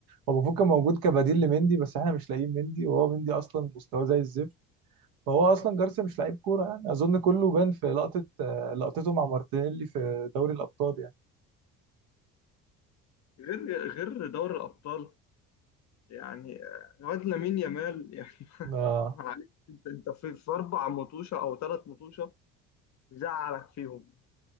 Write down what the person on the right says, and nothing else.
هو المفروض كان موجود كبديل لمندي بس احنا مش لاقيين مندي وهو مندي اصلا مستواه زي الزفت فهو اصلا جارسيا مش لعيب كوره يعني اظن كله بان في لقطه آه، لقطته مع مارتينيلي في دوري الابطال يعني
آه،